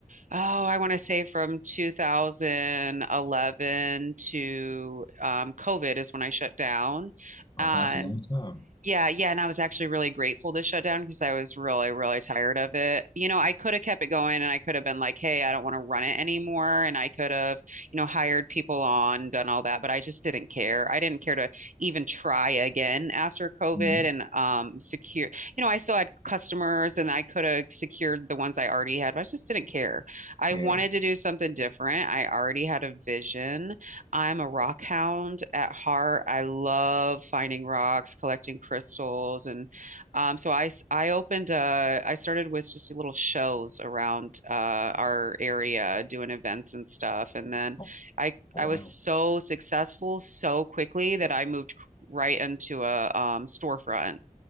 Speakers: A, on the right (about 60°); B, on the left (about 30°).
A: oh, I want to say from 2011 to um, COVID is when I shut down.
B: Oh,
A: Um,
B: that's a long time.
A: yeah, yeah, and I was actually really grateful to shut down because I was really, really tired of it. You know, I could have kept it going and I could have been like, hey, I don't want to run it anymore. And I could have, you know, hired people on, done all that, but I just didn't care. I didn't care to even try again after COVID
B: Mhm.
A: and um secure, you know, I still had customers and I could have secured the ones I already had, but I just didn't care. I
B: Yeah.
A: wanted to do something different. I already had a vision. I'm a rock hound at heart. I love finding rocks, collecting crystals, and um, so I I opened uh I started with just little shows around uh, our area, doing events and stuff, and then
B: Oh,
A: I
B: wow.
A: I was so successful so quickly that I moved right into a um, storefront.